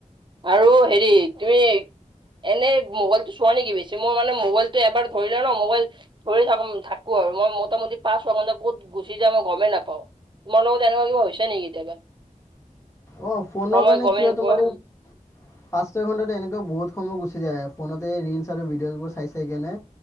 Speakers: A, on the right; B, on the left.
A: আৰু হেৰি তুমি এনে মোবাইলটো চোৱা নেকি বেছি? মোৰ মানে মোবাইলতটো এবাৰ ধৰিলে ন' মোবাইল ধৰি থ থাকো আৰু মই মোটামুটি পাছোৱা ক'ত গুচি যাৱা মই গমে নাপাওঁ। তোমাৰ লগত এনকুৱা কিবা হৈছে নেকি কেতিয়াবা?
B: অ' ফোনৰ
A: সময়
B: কাৰণে
A: গমেই
B: কি হয়
A: নোপোৱা
B: তোমাৰ এই পাঁচ-ছয় ঘণ্টাত এনেকুৱা বহুত সময় গুচি যায় ফোনতে ৰিলচ আৰু ভিডিঅ'জবোৰ চাই চাইহ কেনে